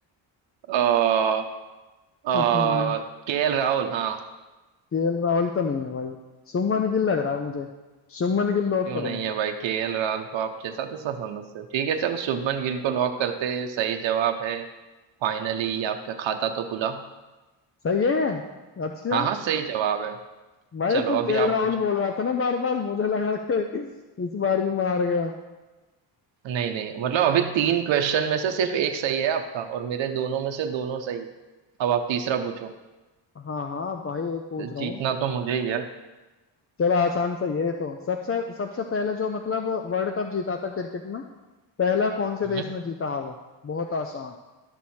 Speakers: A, on the right (about 75°); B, on the left (about 30°).
A: <laughs>
B: कुछ ना
A: के एल राहुल हाँ
B: केएल राहुल तो नहीं है भाई शुभमन गिल लग रहा है मुझे शुभमन गिल लॉक
A: क्यों
B: करो
A: नहीं
B: मेरा
A: है भाई के एल राहुल को आप जैसा तैसा समझते हो ठीक है चलो शुभमन गिल को लॉक करते हैं सही जवाब है फाइनली आपका खाता तो खुला
B: सही है ये अच्छा
A: हाँ हाँ सही जवाब है
B: भाई
A: चलो
B: तू
A: अभी
B: केएल
A: आप
B: राहुल
A: पूछ
B: बोल
A: लो
B: रहा था ना बार बार मुझे लगा कि इस बार भी मार गया
A: नहीं नहीं मतलब अभी तीन क्वेश्चन में से सिर्फ एक सही है आपका और मेरे दोनों में से दोनों सही है अब आप तीसरा पूछो
B: हाँ हाँ भाई एक पूछ
A: जीतना
B: रहा हूँ
A: तो मुझे ही है
B: चलो आसान सा ये तो सबसे सबसे पहले जो मतलब वर्ल्ड कप जीता था क्रिकेट में पहला कौन से देश
A: हम्म।
B: ने जीता है वो बहुत आसान